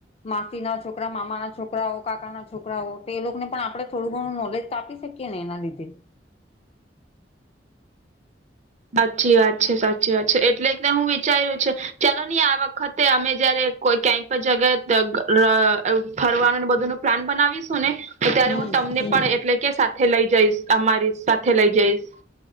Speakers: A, on the left (about 35°); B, on the right (about 40°).
A: માસી ના છોકરા મામા ના છોકરા હો કાકા ના છોકરા હો તો એ લોકોને પણ આપણે થોડું ઘણું નોલેજ તો આપી શકીએ. કેને એના લીધે
B: સાચી વાત છે સાચી વાત છે એટલે હું વિચાર્યું છે ચાલો નહી આ વખતે અમે જયારે કોઈ ક્યાંક જગ્યા અ ફરવાનું બધું નું પ્લાન બનાવીશું ને તો ત્યારે
A: હમ
B: હું તમને
A: હમ
B: પણ એટલે કે સાથે લઈ જઈશ અમારી સાથે લઈ જઈશ.